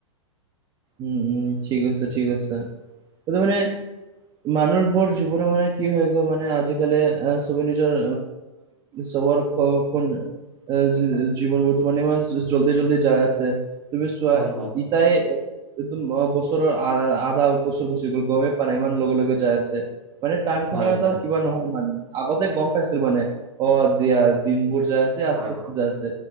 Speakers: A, on the right (about 25°); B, on the right (about 85°).
A: উম, উম, ঠিক আছে, ঠিক আছে। কিন্তু মানে, মানুহবোৰ জীৱন মানে, কি হৈ গ'ল মানে আজিকালি! চবে নিজৰ চবৰ <unintelligible> জীৱন বৰ্তমানে ইমান জলদি- জলদি যায়, আছে! তুমি চোৱা!
B: হয় হয়
A: <unintelligible> একদম <unintelligible> বছৰৰ, আ আধা বছৰ গুচি গ'ল, গমেই পোৱা নাই, ইমান লগে-লগে যাই আছে। মানে টাইম খনৰ
B: হয়
A: এটা
B: হয়
A: কিবা নহম মানে আগতে গম পাইছিল মানে অ দিয়া দিনবোৰ যাই আছে আস্তে
B: হয়
A: আস্তে যাই আছে